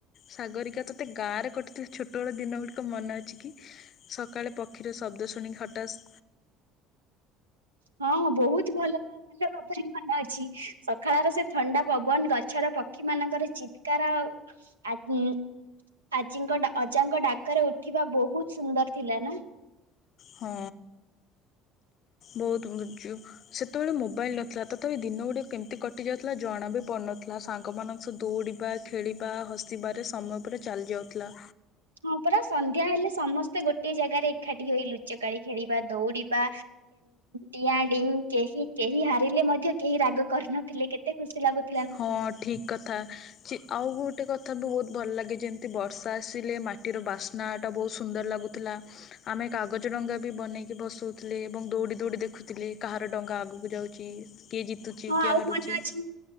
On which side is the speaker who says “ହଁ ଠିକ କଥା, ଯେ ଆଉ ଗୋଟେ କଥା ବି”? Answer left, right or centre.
Left